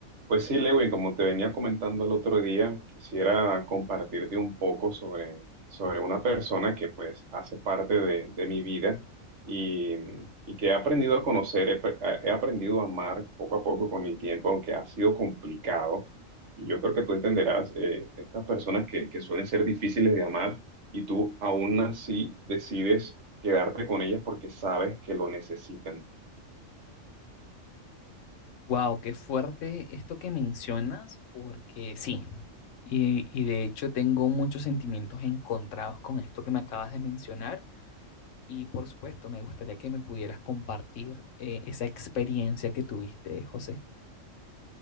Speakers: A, on the right (about 60°); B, on the left (about 70°).
A: Pues sí, Lewin, como te venía comentando el otro día, quisiera compartirte un poco sobre, sobre una persona que pues hace parte de, de mi vida y, y que he aprendido a conocer, he, pre- he aprendido a amar poco a poco con el tiempo, aunque ha sido complicado. Y yo creo que tú entenderás eh, estas personas que, que suelen ser difíciles de amar y tú aún así decides quedarte con ellas porque sabes que lo necesitan.
B: Wow, qué fuerte esto que mencionas, porque sí, y, y de hecho tengo muchos sentimientos encontrados con esto que me acabas de mencionar, y por supuesto me gustaría que me pudieras compartir eh, esa experiencia que tuviste, José.